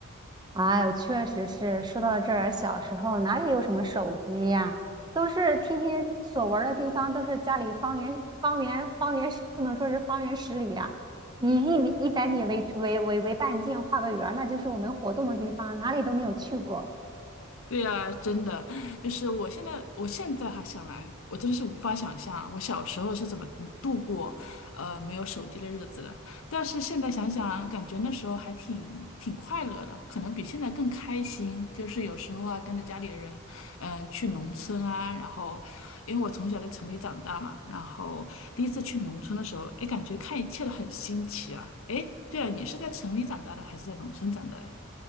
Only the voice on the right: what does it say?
哎呦，确实是。说到这儿，小时候哪里有什么手机呀？都是天天所玩儿的地方，都是家里方圆方圆方圆十，不能说是方圆十里呀、以一米一百米为为为为半径画个圆儿那就是我们活动的地方，哪里都没有去过。